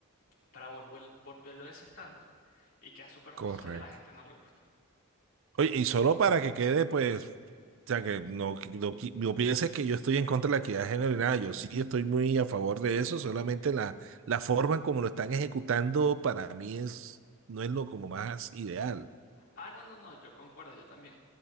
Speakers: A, on the left; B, on the right.
A: para volver, volverlo ese estándar y queda súper forzado
B: correcto.
A: y a la gente no le gusta.
B: Oye, y solo para que quede, pues, o sea, que no, que no, qui- no pienses que yo estoy en contra de la equidad de género y nada, yo sí estoy muy a favor de eso, solamente la, la forma en como lo están ejecutando para mí es, no es lo como más ideal.
A: Ah, no, no, no, yo concuerdo, yo también.